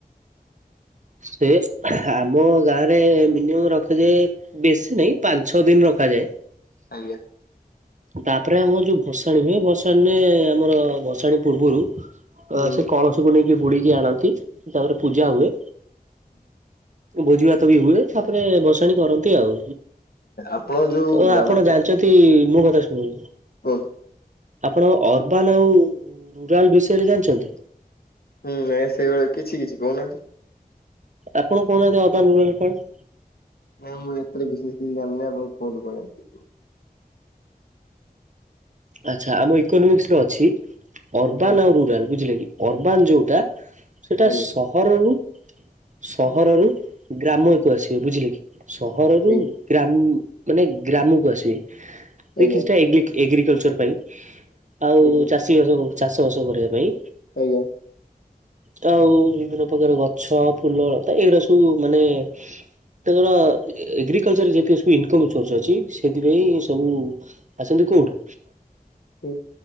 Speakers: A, on the right (about 50°); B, on the left (about 75°).
A: ସେ ଆମ ଗାଁରେ ମିନିଅମ୍ ରଖାଯାଏ ବେଶୀ ନାହିଁ ପାଞ୍ଚ ଛଅ ଦିନ୍ ରଖାଯାଏ।
B: ଆଜ୍ଞା।
A: ତାପରେ ଆମର ଯୋଉ ଭସାଣୀ ହୁଏ ଭସାଣୀରେ ଆମର ଭସାଣୀ ପୂର୍ବରୁ
B: ହୁଁ
A: ଅ ସେ କଳସକୁ ନେଇକି ବୁଡି଼କି ଆଣନ୍ତି ତାପରେ ପୂଜା ହୁଏ। ଭୋଜି ଭାତ ବି ହୁଏ ତାପରେ ଭସାଣି କରନ୍ତି ଆଉ
B: ଆପଣ ଯୋଉ
A: ଆଉ
B: ଗ୍ରାମ
A: ଆପଣ ଜାଣିଚ ନ୍ତି ମୋ କଥା ଶୁଣନ୍ତୁ।
B: କୁହନ୍ତୁ
A: ଆପଣ ଅରବାନ୍ ଆଉ ରୁରାଲ ବିଷୟରେ ଜାଣିଚନ୍ତି?
B: ହୁଁ ନାଇଁ ସେଇଭଳିଆ କିଛି କିଛି କହୁନାହାନ୍ତି।
A: ଆପଣ କହୁନାହାନ୍ତି ଅରବାନ୍ ରୁରାଲ କଣ?
B: ନାଇଁ ମୁଁ ଏତରେ ବିଶେଷ କିଛି ଜାଣିନି ଆପଣ କୁହନ୍ତୁ କଣ ଜା
A: ଆଚ୍ଛା ଆମ ଇକୋନୋମିକ୍ସ୍ ରେ ଅଛି ଅରବାନ୍
B: ଜାଣିଛନ୍ତି?
A: ଆଉ ରୁରାଲ ବୁଝିଲେ କି। ଅରବାନ୍ ଯୋଉଟା ସେଇଟା
B: ଆଜ୍ଞା
A: ସହରରୁ ସହରରୁ ଗ୍ରାମକୁ ଆସିବେ ବୁଝିଲେ କି। ସହରରୁ
B: ଆଜ୍ଞା
A: ଗ୍ରା ମାନେ ଗ୍ରାମକୁ ଆସିବେ ଦେଖିଛି
B: ଆଜ୍ଞା
A: ଏଗ୍ରି ଏଗ୍ରିକଲଚର୍ ପାଇଁ ଆଉ
B: ଆଜ୍ଞା
A: ଚାଷୀ ବାସ ଚାଷ ବାସ କରିବା ପାଇଁ।
B: ଆଜ୍ଞା।
A: ତ ଆଉ ବିଭିନ୍ନ ପ୍ରକାର ଗଛ ଫୁଲ ତା ଏଇଗୁଡା଼ ସବୁ ମାନେ ତାଙ୍କର ଏଗ୍ରିକଲଚର୍ ଯେତିକି ସବୁ ଇନକମ୍ ସୋର୍ସ ଅଛି ସେଥିପାଇଁ ସବୁ ଆସନ୍ତି କୋଉଠୁ?
B: ହୁଁ।